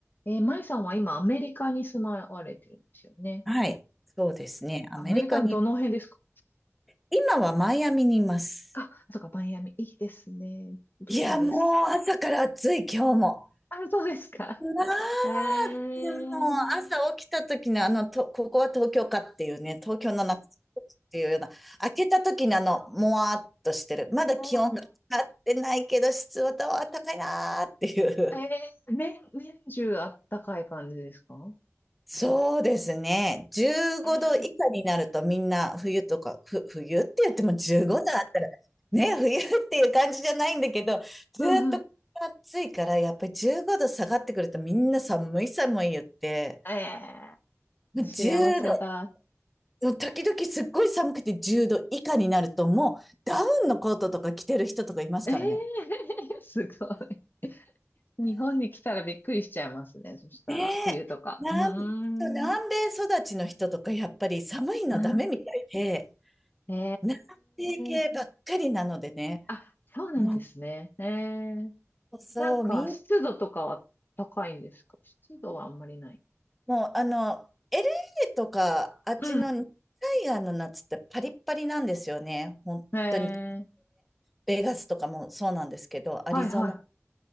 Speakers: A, on the left; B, in the centre.
A: えー、舞さんは今アメリカに住まわれてるんですよね。
B: はい。そうですね。アメリカに、
A: アメリカのどの辺ですか
B: 今はマイアミにいます。
A: あ、そうか、マイアミ。いいですね。どうです
B: いや、もう朝から暑い、今日も。
A: かあ、そうですか。
B: まあ、
A: えー、
B: もう朝起きた時のあの、と、ここは東京かっていうね、東京の夏っていうような、開けた時のあの、もわーっとしてる。まだ気温が上がってないけど、
A: <laughs>
B: 湿度は高いなーっていう。
A: えー、年、年中あったかい感じですか
B: そうですね。15度以下になるとみんな冬とか、
A: えー、
B: ふ、冬って言っても15度あったら、ね、冬っていう感じじゃないんだけど、ずーっと暑いから、
A: うんうん。
B: やっぱり15度下がってくるとみんな寒い寒い言って、
A: え
B: もう10度、
A: ー、幸せだ。
B: 時々すっごい寒くて10度以下になるともうダウンのコートとか着てる人とかいますからね。
A: えー、<laughs> すごい。日本に来たらびっくりしちゃいますね。そしたら、
B: ねえ、
A: 冬とか。
B: 南、
A: うーん。
B: 南米育ちの人とかやっぱり寒いのダメみたいで、
A: あーえ
B: 南性系ばっかりなのでね。
A: ーあ、そうなんですね。
B: うん
A: ええ。
B: そう、
A: なんか、
B: みん、
A: 湿度とかは高いんですか湿度はあんまりない。
B: もうあの、LA とか、あっちの熱
A: うん。
B: 帯夜の夏ってパリッパリなんですよね。本当に。
A: ええ。
B: ベガスとかもそうなんですけど、
A: はいは
B: アリゾナ、